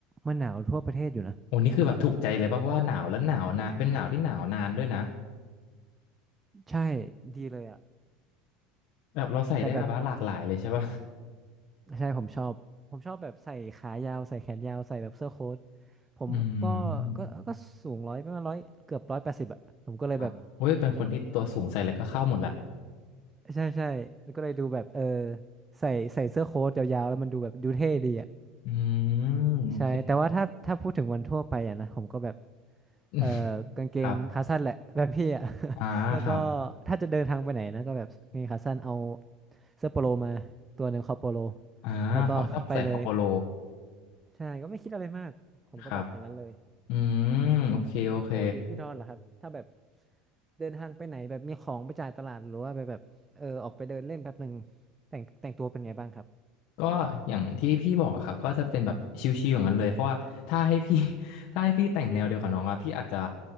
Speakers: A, on the right; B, on the left.
A: มันหนาวทั่วประเทศอยู่นะ
B: โอ้นี่คือแบบถูกใจเลยป่ะเพราะว่าหนาวแล้วหนาวนะเป็นหนาวที่หนาวนานด้วยนะ
A: ใช่ดีเลยอะ
B: แบบเราใส่ได้แบบว่าหลากหลายเลยใช่ป่ะ
A: แต่แบบใช่ผมชอบผมชอบแบบใส่ขายาวใส่แขนยาวใส่แบบเสื้อโค้ท ผมก็ก็ก็สูงร้อยประมาณร้อยเกือบร้อยแปดสิบอะผมก็เลยแบบ
B: อืม ครับเว้ยเป็นคนที่ตัวสูงใส่เลยก็เข้าหมดแหละ
A: ใช่ใช่ก็เลยดูแบบเออใส่ใส่เสื้อโค้ทยาวๆแล้วมันดูแบบดูเท่ดีอะ
B: อืมโอเค
A: ใช่แต่ว่าถ้าถ้าพูดถึงวันทั่วไปอะนะผมก็แบบ
B: <laughs>
A: เออกางเกงขาสั้นแหละ
B: ครับ
A: <laughs> แบบพี่อะ <laughs>
B: อ่าครับ
A: แล้วก็ถ้าจะเดินทางไปไหนนะก็แบบกางเกงขาสั้นเอาเสื้อโปโลมาตัวหนึ่งคอโปโล
B: อ่าเขาชอบใส่คอโปโล
A: แล้วก็ <laughs> ไปเลยใช่ก็ไม่คิดอะไรมากผมก็แบบอย่างนั้นเลย
B: ครับอืมโอเคโอเค
A: แล้วปกติพี่ดอนเหรอครับถ้าแบบเดินทางไปไหนแบบมีของไปจ่ายตลาดหรือว่าไปแบบเออออกไปเดินเล่นแป๊บหนึ่งแต่งแต่งตัวเป็นไงบ้างครับ
B: ก็อย่างที่พี่บอกอะครับก็จะเป็นแบบชิวๆอย่างนั้นเลยเพราะว่าถ้าให้พี่ <laughs> ถ้าให้พี่แต่งแนวเดียวกับน้องอะพี่อาจจะ